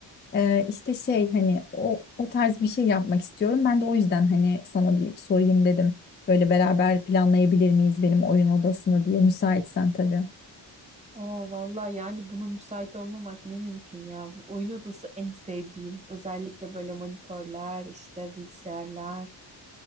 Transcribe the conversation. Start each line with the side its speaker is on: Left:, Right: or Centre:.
Left: Ee, işte şey hani o, o tarz bir şey yapmak istiyorum. Ben de o yüzden hani sana bir sorayım dedim. Böyle beraber planlayabilir miyiz benim oyun odasını diye müsaitsen tabii.
Right: Oo vallahi yani buna müsait olmamak ne mümkün ya. Bu oyun odası en sevdiğim. Özellikle böyle monitörler, işte bilgisayarlar.